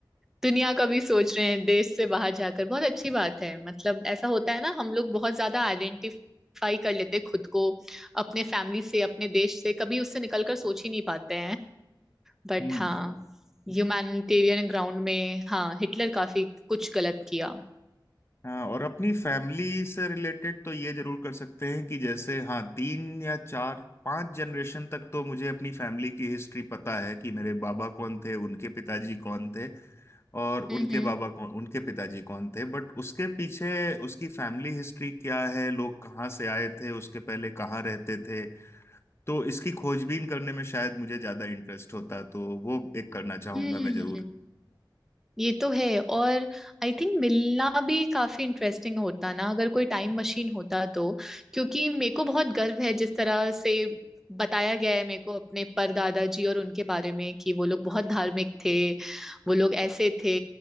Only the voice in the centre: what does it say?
दुनिया का भी सोच रहे हैं देश से बाहर जाकर बहुत अच्छी बात है मतलब ऐसा होता है ना हम लोग बहुत ज्यादा आइडेंटिफाई कर लेते हैं खुद को अपने फैमिली से अपने देश से कभी उससे निकलकर सोच ही नहीं पाते बट
हाँ ह्यूमैनिटेरियन ग्राउंड में हाँ हिटलर काफी कुछ गलत किया
हम्म
हम्म
हम्म
ये तो है और आई थिंक मिलना भी काफी इंटरेस्टिंग होता ना अगर कोई टाइम मशीन होता तो क्योंकि मेरे को बहुत गर्व है जिस तरह से बताया गया है मेरे को अपने परदादा जी और उनके बारे में कि वो लोग बहुत धार्मिक थे वो लोग ऐसे थे